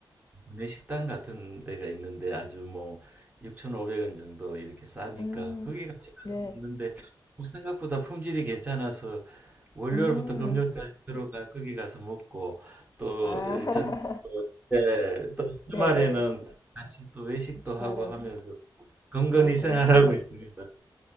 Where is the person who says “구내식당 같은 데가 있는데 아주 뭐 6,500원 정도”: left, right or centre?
Right